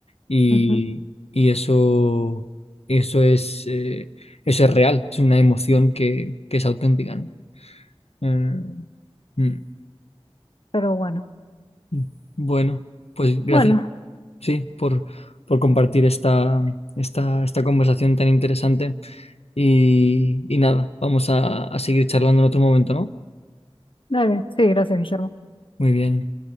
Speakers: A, on the left; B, on the left.
A: Y,
B: ujú.
A: y eso, eso es, eh, eso es real, es una emoción que, que es auténtica, ¿no? Eh, Mm,
B: Pero bueno,
A: mm. Bueno, pues gracias,
B: bueno,
A: sí, por, por compartir esta, esta, esta conversación tan interesante. Y, y nada, vamos a, a seguir charlando en otro momento, ¿no?
B: dale, sí, gracias, Guillermo.
A: Muy bien.